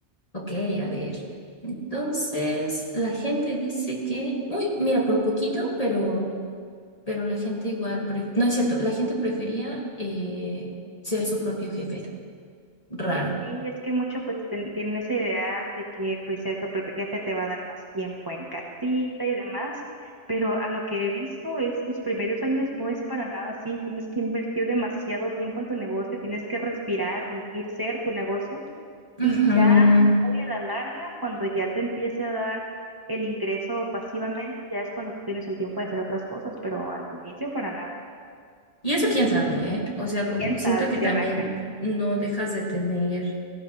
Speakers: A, on the left; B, on the right.
A: Ok, a ver. Entonces, la gente dice que, uy, mira, por poquito, pero, pero la gente igual, pre- no es cierto, la gente prefería eh, ser su propio jefe. Raro.
B: Sí, es que mucho pues ten- tienen ese ideal de que pues cierto propio jefe te va a dar más tiempo en casita y demás, pero a lo que he visto es los primeros años no es para nada así, tienes que invertir demasiado tiempo en tu negocio, tienes que respirar, vivir, ser tu negocio
A: Ujú.
B: y ya muy a la larga, cuando ya te empiece a dar el ingreso pasivamente, ya es cuando tú tienes el tiempo de hacer otras cosas, pero al inicio para nada.
A: Y eso quién sabe, ¿eh? O sea,
B: Y
A: como
B: quién sabe
A: siento que
B: si
A: también
B: arranca.
A: no dejas de tener